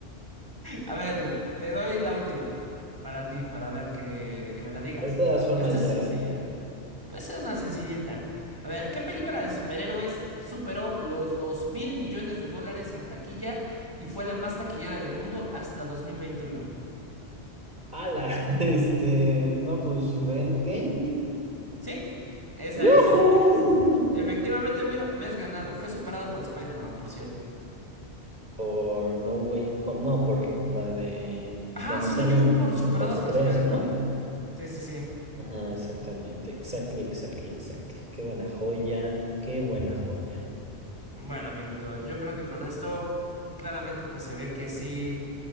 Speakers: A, on the right; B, on the right.
A: A ver, te doy la última. Para ti, para ver que, que me
B: <laughs>
A: la digas.
B: De todas formas,
A: Esta es
B: ya
A: sencilla.
B: gané.
A: Pues es una sencillita. A ver, ¿qué película de superhéroes superó los dos mil millones de dólares en taquilla y fue la más taquillera del mundo hasta 2021?
B: Ala, <laughs> este, no, pues Endgame.
A: ¿Sí? Esa
B: ¡Yujú!
A: es.
B: <laughs>
A: Efectivamente, amigo, me has ganado. Fue superada por Spider-Man, por cierto.
B: por No Way Home, no, por la de
A: Ajá,
B: donde
A: según
B: salen
A: yo fue por superada
B: los
A: por
B: tres,
A: Spider-Man.
B: ¿no?
A: Sí, sí, sí.
B: Ajá, exactamente, exactly, exactly, exactly. Qué buena joya, qué buena joya.
A: Bueno, amiguito, yo creo que con esto claramente pues se ve que sí.